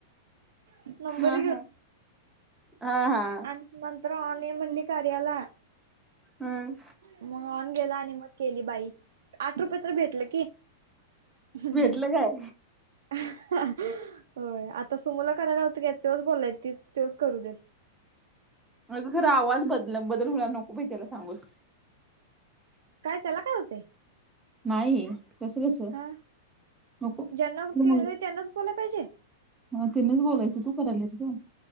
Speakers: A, on the right; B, in the centre.
A: नंबर
B: हा हा हा हा.
A: आमंत्रण आहे म्हणली कार्याला
B: हम्.
A: मग ऑन गेला आणि मग केली बाई आठ रुपये तर भेटले. हम्.
B: भेटलं काय?
A: होय आता सुमुला करायला लावत की, तेच बोलाय तीच तेच करू दे
B: मजा खर आवाज बदल बदल होणार नको बाई त्याला सांगूस
A: काय त्याला काय होतेय
B: नाही तस कस
A: हा
B: नको
A: ज्यांना
B: त
A: केलंय <unintelligible> पाहिजे.
B: ह तिनेच बोलायचं तू करायलासच ग